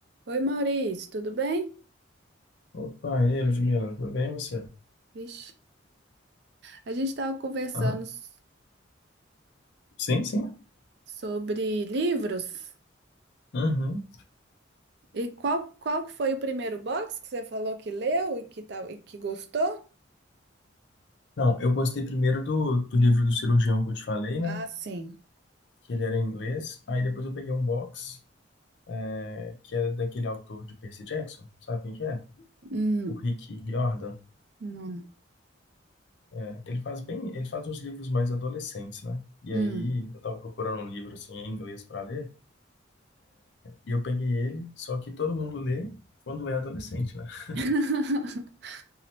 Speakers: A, on the right; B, on the left.
A: Oi, Maurício, tudo bem?
B: Opa, e aí, Ludmila, tudo bem você?
A: Vixe, a gente estava conversando
B: Aham.
A: s-
B: Sim, sim.
A: sobre livros.
B: Uhum.
A: E qual, qual que foi o primeiro box que você falou que leu e que, tal, e que gostou?
B: Não, eu gostei primeiro do, do livro do cirurgião que eu te falei, né?
A: Ah, sim.
B: Que ele era em inglês. Aí depois eu peguei um box é, que era daquele autor de Percy Jackson, sabe quem que é?
A: Hum,
B: O Rick Riordan.
A: não.
B: É, ele faz bem, ele faz uns livros mais adolescentes, né? E
A: Hum.
B: aí eu tava procurando um livro assim em inglês pra ler e eu peguei ele, só que todo mundo lê quando é adolescente, né? <laughs>
A: <laughs>